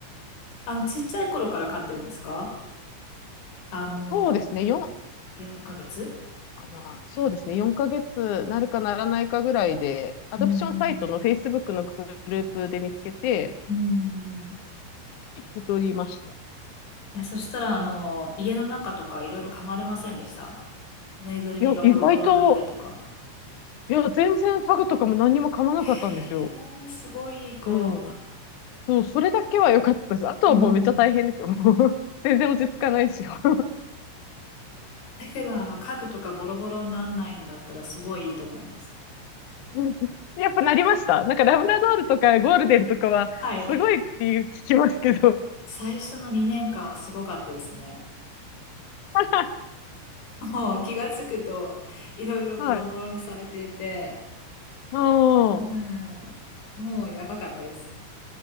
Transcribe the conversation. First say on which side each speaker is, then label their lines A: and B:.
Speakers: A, on the left; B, on the left.
A: あの、ちっちゃい頃から飼ってるんですかあの、
B: そうですね、4
A: 4ヶ月
B: かな。そうですね、4ヶ月なるかならないかぐらいで、アドプションサイトの
A: うーん。
B: Facebook のグループで見つけて、
A: うーん。
B: 受け取りました。
A: え、そしたら、あの、家の中とかいろいろ噛まれませんでしたぬいぐるみがボロボロになったりとか。
B: いや、意外と、いや、全然タグとかも何にも噛まなかったんですよ。
A: へえ、すごいいい子。
B: うん。そう、それだけは良かったです。あとはもうめっちゃ大変ですよ。
A: うん。
B: もう <laughs> 全然落ち着かないしよ。
A: だけど、あの、家具とかボロボロになんないんだったらすごいいいと思います。
B: うんやっぱなりましたなんかラブラドールとかゴールデンとかはすごいっていう聞きますけど。
A: はい。最初の2年間はすごかったですね。
B: <laughs>
A: もう気がつくと、いろいろボロボロにされていて、
B: はい。う
A: うん、
B: ん。
A: もうやばかったです。